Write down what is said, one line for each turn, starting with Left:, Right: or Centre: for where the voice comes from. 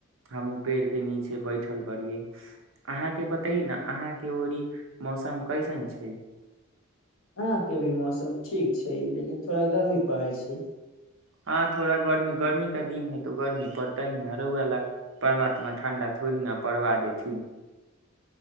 Right: हमहूँ पेड़के नीचे बैठल बरियै अहाँके बतयै न अहाँके ओड़ी मौसम कैसन छै
Left: अहाँके भी मौसम ठीक छै लेकिन थोड़ा गर्मी पड़इ छै
Right: हँ थोड़ा गर्मी गर्मी का दिन है तऽ गर्मी पड़तै न रौआ ला परमात्मा ठंडा थोड़ी न पड़वा देथिन